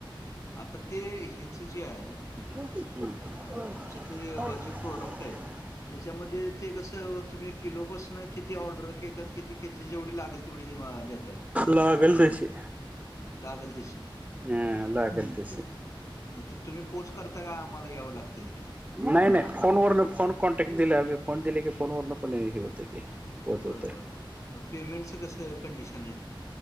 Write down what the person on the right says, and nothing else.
<unintelligible>
लागल तशी.
हा लागलं तशी.
नाही नाही फोनवर्ण, फोन कॉन्टॅक्ट दिला आम्ही फोन दिले की फोन वर्ण पण हे होत की. पोहोचवतोय